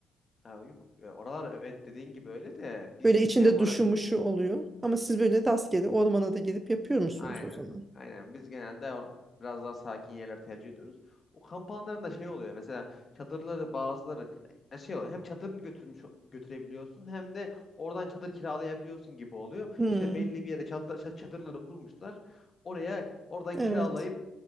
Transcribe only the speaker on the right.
Böyle içinde
duşu muşu oluyor. Ama siz böyle rastgele ormana da gidip yapıyor musunuz
o zaman?
Hmm,
evet.